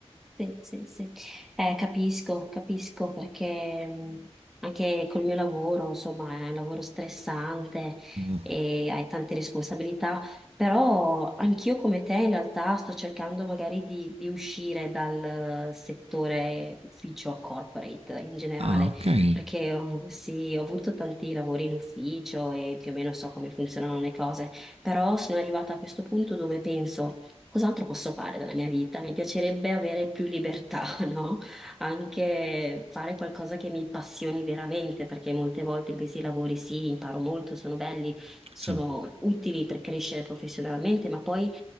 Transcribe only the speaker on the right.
Mh.
Ah, okay.
Sì.